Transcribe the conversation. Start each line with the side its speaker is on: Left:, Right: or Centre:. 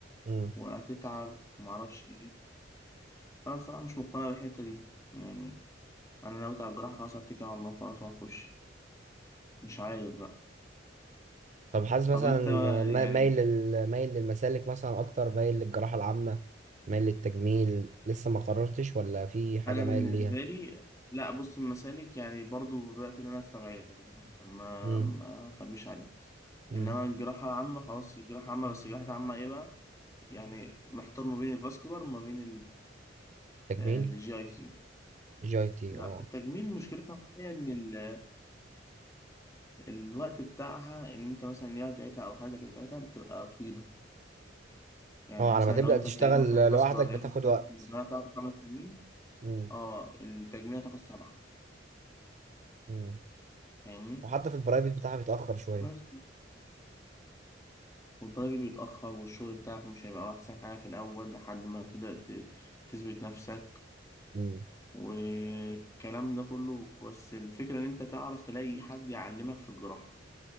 Right: مم.
Left: وهتتعب ومعرفش إيه أنا الصراحة مش مقتنع بالحتة دي يعني أنا ناوي على الجراحة خلاص هتكل على الله خلاص وهخش مش عارف بقى
Right: طب حاسس مثلا
Left: طب أنت
Right: ما-
Left: يعني
Right: مايل لل... مايل للمسالك مثلا أكتر مايل للجراحة العامة مايل للتجميل لسه ما قررتش ولا في حاجة
Left: انا
Right: مايل
Left: بالنسبه
Right: ليها
Left: لي لا بص المسالك يعني برضو بدات ان انا استبعدها ما
Right: مم.
Left: ما اخبيش عليك
Right: مم.
Left: انما الجراحه العامه خلاص الجراحه العامه بس الجراحه العامه ايه بقى يعني محتار ما بين الفاسكولار وما بين
Right: تجميل
Left: الجي اي تي
Right: جايتي
Left: لا
Right: اه
Left: التجميل مشكلتها هي ان ال- الوقت بتاعها ان انت مثلا النيابه بتاعتها او حاجه زي كده بتاعتها بتبقى طويله يعني
Right: اه
Left: مثلا
Right: على ما تبدأ
Left: لو انت
Right: تشتغل
Left: هتلاقيت مثلا الفاسكولار
Right: لوحدك بتاخد
Left: هياخد خمس
Right: وقت
Left: الزمالة بتاخد خمس سنين
Right: مم.
Left: اه التجميل هتاخد سبعه
Right: مم.
Left: فاهمني
Right: وحتى في البرايفت بتاعها بيتأخر شوية
Left: بس والبرايفت بيتأخر والشغل بتاعك مش هيبقى أحسن حاجة في الأول لحد ما تبدأ ت- تثبت نفسك
Right: مم.
Left: والكلام ده كله بس الفكرة إن أنت تعرف تلاقي حد يعلمك في الجراحة